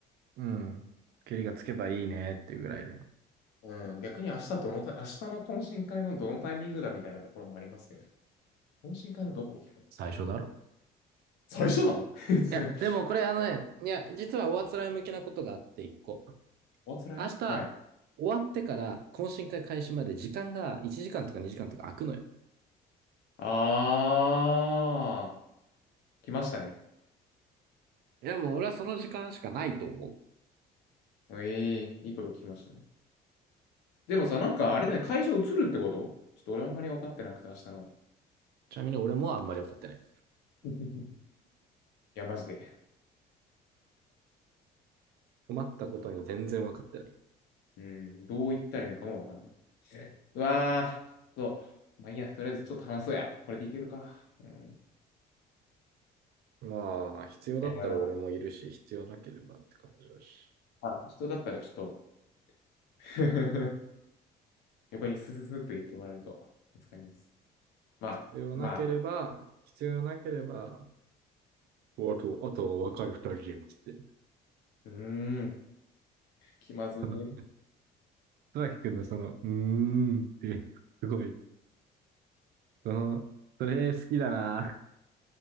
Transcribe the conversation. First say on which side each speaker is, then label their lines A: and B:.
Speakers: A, on the right; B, on the left.
A: うん、距離がつけばいいねっていうぐらいで。い
B: うん。逆に明日どのタイ、明日の懇親会のどのタイミングだみたいなところもありますけど。懇親会のどこ
A: 最初だろ。
B: 最初なの <laughs>
A: いや、でもこれあのね、いや、実はおあつらい向きなことがあって一個。
B: What's はい。
A: 明日、終わってから懇親会開始まで時間が1時間とか2時間とか空くのよ。
B: あー、来ましたね。
A: いや、もう俺はその時間しかないと思う。
B: ええいいこと聞きましたね。でもさ、なんかあれだね、会場移るってことちょっと俺あんまり分かってなくて、明日の。
A: ちなみに俺もあんまり分かってない。
B: <laughs> いや、マジで。
A: 困ったことに全然分かってない。
B: うん、どう言ったらいいのかも分からない。<laughs> うわー、と、まあいいや、とりあえずちょっと話そうや。これでいけるか。うん。
A: まあ、必要だったら俺もいるし、
B: やばいな。
A: 必要なければって感じだし。
B: あ、人だったらちょっと <laughs> 横にスススッと言ってもらえると助かります。まあ、
A: 必要なければ、
B: まあ、
A: 必要なければ、おあと、あとは若い二人で、つって。
B: うーん、気まずい。
A: あの、戸崎くんのその、うーんっていう、すごい、その、それ好きだな。